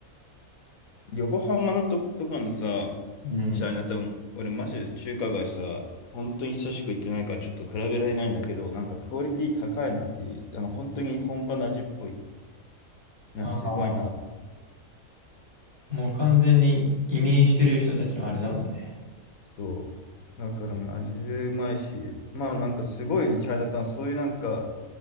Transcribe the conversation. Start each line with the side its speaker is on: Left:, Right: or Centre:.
Left: 横浜のと、とかのさ、
Right: うん。
Left: チャイナタウン、俺マジで中華街さ、本当に久しく行ってないからちょっと比べられないんだけど、なんかクオリティ高いなっていう、あの本当に本場の味っぽいな、
Right: あ、
Left: すごいな。
Right: もう完全に移民してる人たちのあれだもんね。
Left: そう。だからマジでうまいし、まあなんかすごいね、チャイナタウン、そういうなんか、